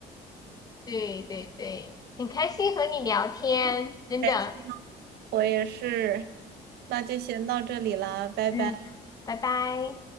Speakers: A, on the left (about 20°); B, on the right (about 75°).
A: 对对对，很开心和你聊天，真的，
B: 呗。我也是，那就先到这里啦，拜拜。
A: 嗯，拜拜。